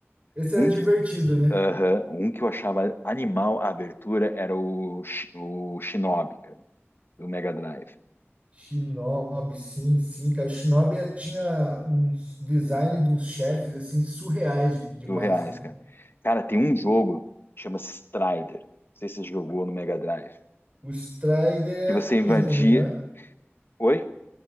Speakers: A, on the right; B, on the left.
A: Esse
B: Um
A: era divertido,
B: que,
A: né?
B: aham, um que eu achava animal a abertura era o, Shi- o Shinobi, cara, do Mega Drive,
A: Shinobi, sim, sim, cara. O Shinobi eh, tinha uns design de uns chefes, assim, surreais de de
B: do
A: massa,
B: Reais,
A: né?
B: cara. Cara, tem um jogo, chama-se Strider. Não sei se você jogou no Mega Drive.
A: O Strider
B: Que você
A: é um ninja
B: invadia.
A: também, não é?
B: Oi?